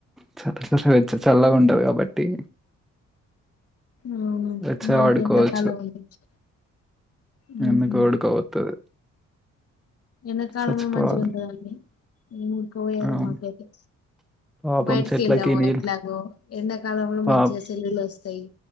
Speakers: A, in the centre; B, on the left.
A: చ చచ్చ చల్గా ఉంటది కాబట్టి.
B: అవును
A: వెచ్చగా
B: నాకెంతకాలం
A: పడుకోవచ్చు
B: అంటే హ్మ్
A: ఎందుకు
B: హు
A: ఉడకపోతది
B: ఎండకాలమే
A: సచ్చిపోవాలి
B: మంచికుంటదండ్ ఏమ్ ఉడక పోయద్
A: అవును
B: మాకైతే
A: పాపం
B: బయటికి
A: చెట్లకి
B: వెళ్ళము
A: నీళ్ళు
B: ఎట్లాగో ఎండాకాలంలో
A: పాప్
B: మంచిగా సెలుల్లు వస్తాయి.